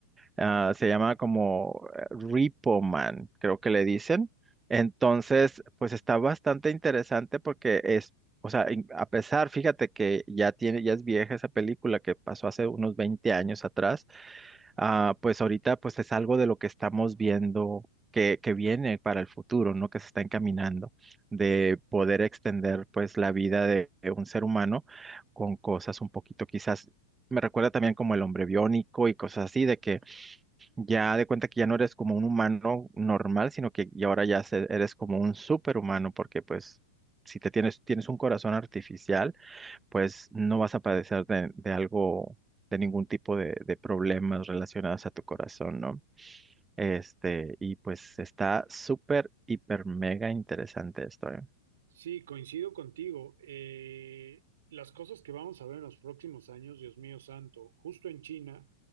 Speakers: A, on the right; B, on the right.
A: Ah, se llama como eh, Repo Man, creo que le dicen. Entonces, pues está bastante interesante porque es, o sea, in- a pesar, fíjate que ya tiene, ya es vieja esa película que pasó hace unos 20 años atrás, ah, pues ahorita pues es algo de lo que estamos viendo que, que viene para el futuro, ¿no? Que se está encaminando de poder extender pues la vida de de un ser humano con cosas un poquito quizás, me recuerda también como el hombre biónico y cosas así, de que ya de cuenta que ya no eres como un humano normal, sino que y ahora ya se- eres como un superhumano, porque pues si te tienes, tienes un corazón artificial, pues no vas a padecer de, de algo, de ningún tipo de, de problemas relacionados a tu corazón, ¿no? Este, y pues está súper, hiper, mega interesante esto, ¿eh?
B: Sí, coincido contigo. Eh, las cosas que vamos a ver en los próximos años, Dios mío santo, justo en China,